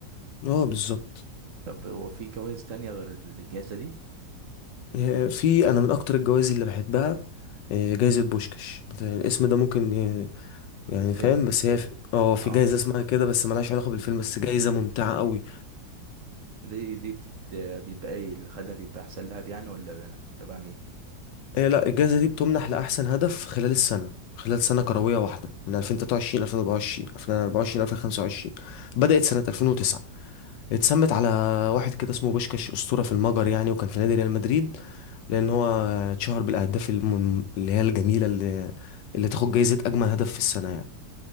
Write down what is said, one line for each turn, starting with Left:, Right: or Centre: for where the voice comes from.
Left: اه بالظبط
Right: طب هو في جوائز تانية غير الجائزه دي
Left: آه، في أنا من أكتر الجوائز اللي بحبها آه، جايزة بوشكاش أنت الاسم ده ممكن ي- يعني
Right: الفيلم
Left: فاهم بس هي في- اه في
Right: اه
Left: جايزة اسمها كده بس ملهاش علاقة بالفيلم بس جايزة ممتعة قوي
Right: دي دي بتت بيبقى ايه اللي خدها بيبقى احسن لها يعني ولا ب- تبع مين
Left: آه، لا الجايزة دي بتمنح لأحسن هدف خلال السنة خلال سنة كروية واحدة من 2023 2024 2024 2025 بدأت سنة 2009 اتسمت على واحد كده اسمه بوشكاش أسطورة في المجر يعني وكان في نادي ريال مدريد لأن هو اتشهر بالأهداف الم- اللي هي الجميلة اللي, اللي تاخد جايزة أجمل هدف في السنة يعني